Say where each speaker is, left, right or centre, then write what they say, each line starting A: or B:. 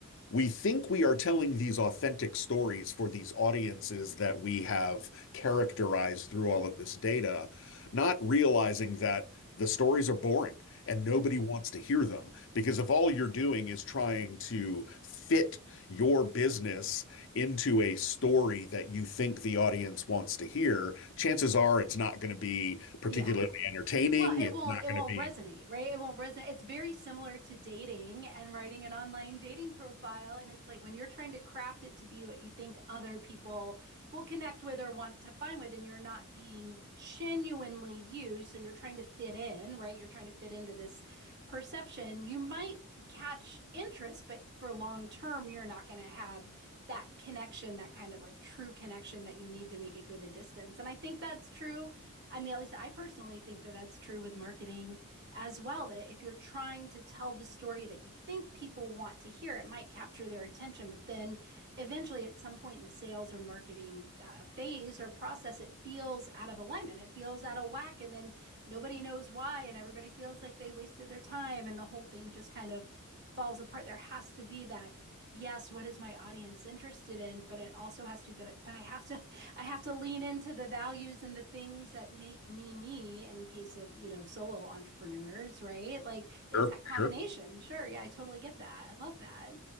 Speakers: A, on the left (about 60°); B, on the right (about 50°).
A: we think we are telling these authentic stories for these audiences that we have characterized through all of this data, not realizing that the stories are boring and nobody
B: Yeah.
A: wants to hear them. Because if all you're doing is trying to fit your business into a story that you think the audience wants to hear, chances are it's not going to be particularly
B: Yeah.
A: entertaining.
B: Well, it
A: It's
B: won't
A: not
B: it
A: going
B: won't
A: to be.
B: resonate, right? It won't resonate. It's very similar to dating and writing an online dating profile and it's like when you're trying to craft it to be what you think other people will connect with or want to find with, and you're not being genuinely you. So you're trying to fit in, right? You're trying to fit into this perception. You might catch interest, but for long term, you're not going to have that connection, that kind of like true connection that you need to make it go the distance. And I think that's true. I mean, at least I personally think that that's true with marketing as well. That if you're trying to tell the story that you think people want to hear, it might capture their attention, but then if eventually at some point in the sales or marketing uh, phase or process it feels out of alignment it feels out of whack and then nobody knows why and everybody feels like they wasted their time and the whole thing just kind of falls apart there has to be that yes what is my audience interested in but it also has to but, but i have to <laughs> i have to lean into the values and the things that make me me in case of you know solo entrepreneurs right like it's
A: Sure,
B: that combination
A: sure.
B: sure yeah i totally get that i love that